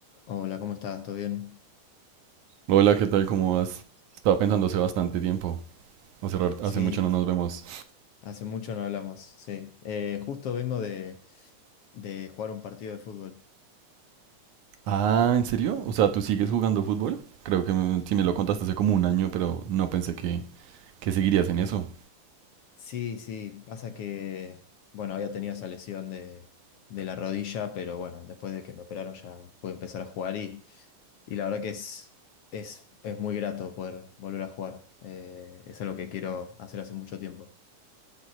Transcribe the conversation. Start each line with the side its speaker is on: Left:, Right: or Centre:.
Left: Hola, ¿cómo estás? ¿Todo bien?
Right: Hola, ¿qué tal? ¿Cómo vas? Estaba pensando hace bastante tiempo. Hace, rar-
Left: Sí,
Right: hace mucho no nos vemos.
Left: hace mucho no hablamos, sí. Eh, justo vengo de, de jugar un partido de fútbol.
Right: Ah, ¿en serio? O sea, ¿tú sigues jugando fútbol? Creo que me- sí me lo contaste hace como un año, pero no pensé que, que seguirías en eso.
Left: Sí, sí, pasa que, bueno, había tenido esa lesión de, de la rodilla, pero bueno, después de que me operaron ya pude empezar a jugar y, y la verdad que es, es, es muy grato poder volver a jugar. Eh, es algo que quiero hacer hace mucho tiempo.